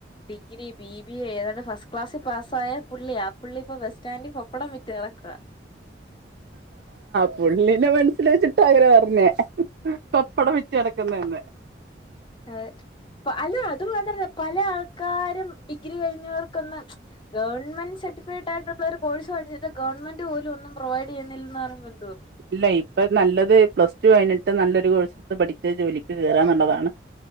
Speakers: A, on the left (about 25°); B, on the right (about 60°).
A: ഡിഗ്രി, ബി ബി എ ഏതാണ്ട് ഫസ്റ്റ് ക്ലാസ്സിൽ പാസ്സായ പുള്ളിയാ ആ പുള്ളിപ്പ ബസ്സ് സ്റ്റാൻഡി പപ്പടം വിറ്റ് നടക്കുവാ.
B: പുള്ളിനേ മനസ്സിൽ വെച്ചിട്ടാ പറ ഞ്ഞെ പപ്പടം വിറ്റ് നടക്കുന്നെന്ന്.
A: അതെ അല്ല, അതും വേണ്ടല്ലോ, പല ആൾക്കാരും ഡിഗ്രി കഴിഞ്ഞവർക്കൊന്ന് ഗവൺ ൺമെന്റ് സർട്ടിഫൈഡായിട്ടുള്ള ഒരു കോഴ്സ് പഠിച്ചിട്ട് ഗവൺമെന്റു പോലും ഒന്നും പ്രൊവൈഡ് ചെയ്യുന്നില്ലെന്ന് പറയുമ്പ
B: ഇല്ല ഇപ്പം നല്ലത് പ്ലസ് ടു കഴിഞ്ഞിട്ട് നല്ലൊരു കോഴ്സെടുത്ത് പഠിച്ച് ജോലിക്ക് കേറാന്നുള്ളതാണ്.